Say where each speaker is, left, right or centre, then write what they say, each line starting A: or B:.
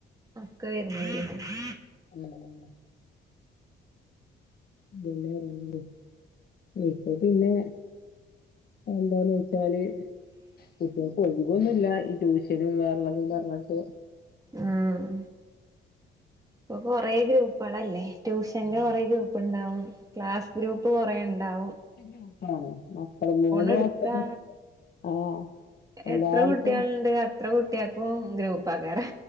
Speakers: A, on the right; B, on the left.
A: ഒക്കെ <unintelligible>
B: <unintelligible> അതന്നേ പറിണത് ഇപ്പൊ പിന്നെ എന്താന്നോ ച്ചാല് കുട്ട്യേൾക്ക് ഒയ് വൊന്നുല്ല ഈ ട്യൂഷനും വേറള്ളതും പർഞ്ഞിട്ട്
A: ആഹ് ഇപ്പൊ കൊറേ ഗ്രൂപ്പളല്ലേ ട്യൂഷന്റെ
B: ഉം
A: കൊറേ ഗ്രൂപ്പ്ണ്ടാവും ക്ലാസ് ഗ്രൂപ്പ് കൊറേണ്ടാവും
B: ക്കെ ഗ്രൂപ്പാണ് മക്കള് മൂന്ന്
A: എടുത്താ
B: വയസ്സിനും ആഹ് എല്ലാർക്കും
A: എത്ര കുട്ട്യേള്ണ്ട് അത്ര കുട്ട്യേക്കും ഗ്രൂപ്പാക്കാരം